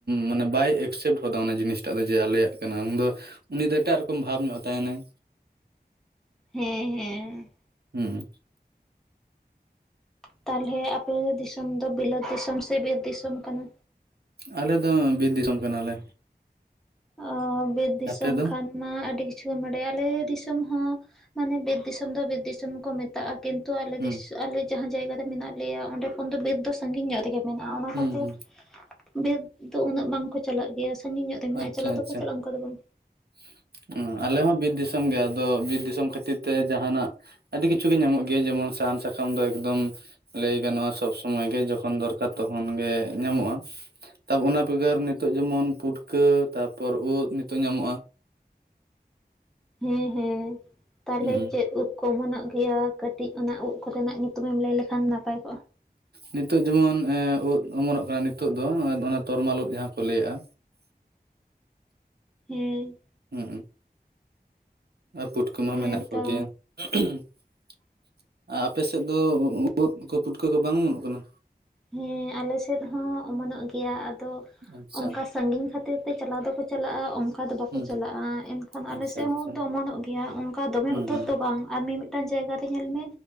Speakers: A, on the right; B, in the centre.
A: ᱢᱟᱱᱮ ᱵᱟᱭ ᱮᱠᱥᱮᱯᱴ ᱦᱚᱫᱟ ᱚᱱᱟ ᱡᱤᱱᱤᱥ ᱴᱟᱜ ᱫᱚ ᱡᱮ ᱟᱞᱮᱭᱟᱜ ᱠᱟᱱᱟ ᱩᱱ ᱫᱚ ᱩᱱᱤ ᱫᱚ ᱮᱴᱟᱜ ᱨᱚᱠᱚᱢ ᱵᱷᱟᱵᱽ ᱧᱚᱜ ᱛᱟᱦᱮᱱᱟᱭ᱾
B: ᱦᱮᱸ ᱦᱮᱸ
A: ᱦᱮᱸ
B: ᱛᱟᱦᱚᱞᱮ ᱟᱯᱮ ᱫᱤᱥᱚᱢ ᱫᱚ ᱵᱤᱞᱟᱹᱛ ᱫᱤᱥᱚᱢ ᱥᱮ ᱵᱤᱨ ᱫᱤᱥᱚᱢ ᱠᱟᱱᱟ᱾
A: ᱟᱞᱮ ᱫᱚ ᱵᱤᱨ ᱫᱤᱥᱚᱢ ᱠᱟᱱᱟᱞᱮ᱾
B: ᱚ ᱵᱤᱨ ᱫᱤᱥᱚᱢ
A: ᱟᱯᱮ ᱫᱚ
B: ᱠᱷᱟᱱ ᱢᱟ ᱟᱹᱰᱤ ᱠᱤᱪᱷᱩ ᱮᱢ ᱵᱟᱰᱟᱭᱼᱟ ᱟᱞᱮ ᱫᱤᱥᱚᱢ ᱦᱚᱸ ᱢᱟᱱᱮ ᱵᱤᱨ ᱫᱤᱥᱚᱢ ᱫᱚ ᱵᱤᱨ ᱫᱤᱥᱚᱢ ᱠᱚ ᱢᱟᱱ ᱛᱟᱜᱼᱟ ᱠᱤᱱᱛᱩ ᱟᱞᱮ
A: ᱦᱩᱸ
B: ᱟᱞᱮ ᱡᱟᱦᱟᱸ ᱡᱟᱭᱜᱟ ᱨᱮ ᱢᱮᱱᱟᱜ ᱞᱮᱭᱟ ᱚᱸᱰᱮ ᱠᱷᱚᱱ ᱫᱚ ᱵᱤᱨ ᱫᱚ ᱥᱟᱺᱜᱤᱧ ᱧᱚᱜ ᱨᱮ ᱜᱮ ᱢᱮᱱᱟᱜᱼᱟ ᱚᱱᱟ
A: ᱦᱩᱸ
B: ᱠᱷᱟᱹᱛᱤᱨ
A: ᱦᱩᱸ
B: ᱵᱤᱨ ᱫᱚ ᱩᱱᱟᱹᱜ ᱵᱟᱝᱠᱚ ᱪᱟᱞᱟᱜ ᱜᱮᱭᱟ ᱥᱟᱺᱜᱤᱧ ᱧᱚᱜ ᱨᱮ ᱢᱮᱱᱟᱜᱼᱟ᱾
A: ᱟᱪᱪᱷᱟ
B: ᱪᱟᱞᱟᱜ ᱫᱚᱠᱚ
A: ᱟᱪᱪᱷᱟ
B: ᱪᱟᱞᱼᱟ ᱚᱱᱠᱟ ᱫᱚ ᱵᱟᱝ᱾
A: <unintelligible> ᱟᱞᱮ ᱦᱚᱸ ᱵᱤᱨ ᱫᱤᱥᱚᱢ ᱜᱮ ᱟᱫᱚ ᱵᱤᱨ ᱫᱤᱥᱚᱢ ᱠᱷᱟᱹᱛᱤᱨ ᱛᱮ ᱡᱟᱦᱟᱱᱟᱜ ᱟᱹᱰᱤ ᱠᱤᱪᱷᱩ ᱜᱮ ᱧᱟᱢᱚᱜ ᱜᱮᱭᱟ ᱡᱮᱢᱚᱱ ᱥᱟᱦᱟᱱ ᱥᱟᱠᱟᱢ ᱫᱚ ᱮᱠᱫᱚᱢ ᱞᱟᱹᱭ ᱜᱟᱱᱚᱜᱼᱟ ᱥᱚᱵ ᱥᱚᱢᱚᱭᱜᱮ ᱡᱚᱠᱷᱚᱱ ᱫᱚᱨᱠᱟᱨ ᱛᱚᱠᱷᱚᱱ ᱜᱮ ᱧᱟᱢᱚᱜᱼᱟ ᱛᱟ ᱚᱱᱟ ᱵᱮᱜᱟᱨ ᱱᱤᱛᱳᱜ ᱡᱮᱢᱚᱱ ᱯᱩᱴᱠᱟᱹ ᱛᱟᱯᱚᱨ ᱩᱫ ᱱᱤᱛᱳᱜ ᱧᱟᱢᱚᱜᱼᱟ
B: ᱦᱮᱸ ᱦᱮᱸ ᱛᱟᱦᱚᱞᱮ
A: ᱦᱩᱸ
B: ᱪᱮᱫ <unintelligible> ᱚᱢᱚᱱᱚᱜ ᱜᱮᱭᱟ ᱠᱟᱹᱴᱤᱡ ᱚᱱᱟ ᱩᱵ ᱠᱚᱨᱮᱱᱟᱜ ᱧᱩᱛᱩᱢᱮᱢ ᱞᱟᱹᱭ ᱞᱮᱠᱷᱟᱱ ᱱᱟᱯᱟᱭ ᱠᱚᱜᱼᱟ
A: ᱱᱤᱛᱚᱜ ᱡᱮᱢᱚᱱ <unintelligible> ᱩᱫ ᱚᱢᱚᱱᱚᱜ ᱠᱟᱱᱟ ᱱᱤᱛᱚᱜ ᱫᱚ <unintelligible> ᱚᱱᱟ ᱛᱚᱨᱢᱟᱞ ᱩᱫ ᱡᱟᱦᱟᱸ ᱠᱚ ᱞᱟᱹᱭᱮᱜᱼᱟ <inaudible>
B: ᱦᱮᱸ <inaudible>
A: ᱦᱩᱸ ᱟᱨ ᱯᱩᱴᱠᱟᱹ ᱢᱟ
B: ᱦᱮᱸ
A: ᱢᱮᱱᱟᱜ ᱠᱩ
B: ᱛᱚ
A: ᱜᱮᱭᱟ <unintelligible> ᱟᱯᱮ ᱥᱮᱫ ᱫᱚ ᱩᱫ ᱠᱚ ᱯᱩᱴᱠᱟᱹ ᱠᱚ ᱵᱟᱝ ᱚᱢᱚᱱᱚᱜ ᱠᱟᱱᱟ
B: ᱦᱮᱸ ᱟᱞᱮ ᱥᱮᱫ ᱦᱚᱸ ᱚᱢᱚᱱᱚᱜ ᱜᱮᱭᱟ ᱟᱫᱚ
A: ᱟᱪᱪᱷᱟ
B: ᱚᱱᱠᱟ ᱥᱟᱺᱜᱤᱧ ᱠᱷᱟᱹᱛᱤᱨ ᱛᱮ ᱪᱟᱞᱟᱣ ᱫᱚᱠᱚ ᱪᱟᱞᱟᱜᱼᱟ <unintelligible> ᱟᱫᱚ ᱵᱟᱠᱚ
A: ᱦᱩᱸ
B: ᱪᱟᱞᱟᱜᱼᱟ ᱮᱱᱠᱷᱟᱱ ᱟᱞᱮᱥᱮᱫ
A: ᱟᱪᱪᱷᱟ ᱟᱪᱪᱷᱟ
B: ᱦᱚᱸ ᱫᱚ ᱚᱢᱚᱱᱚᱜ ᱜᱮᱭᱟ ᱚᱱᱠᱟ ᱫᱚᱢᱮ
A: ᱦᱩᱸ
B: ᱩᱛᱟᱹᱨ
A: ᱦᱩᱸ
B: ᱫᱚ ᱵᱟᱝ ᱟᱨ ᱢᱤᱢᱤᱫ ᱢᱤᱫᱴᱟᱝ ᱡᱟᱭᱜᱟ ᱨᱮ ᱧᱮᱞ ᱢᱮ